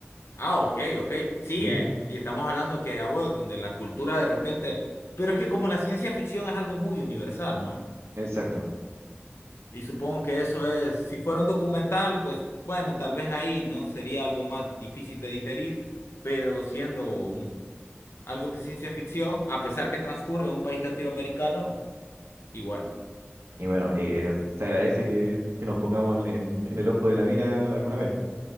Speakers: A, on the left; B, on the right.
A: Ah, ok, ok. Sí,
B: Sí,
A: eh, y estamos hablando que ah, bueno, donde la cultura de repente, pero es que como la ciencia ficción es algo muy universal, ¿no?
B: exacto.
A: Y supongo que eso es, si fuera un documental, pues bueno, tal vez ahí, ¿no? Sería algo más difícil de digerir, pero siendo un algo que es ciencia ficción, a pesar que transcurre en un país latinoamericano, y bueno.
B: Y bueno, eh, eh, se agradece que, que nos pongamos en, en- en el ojo de la mira alguna vez.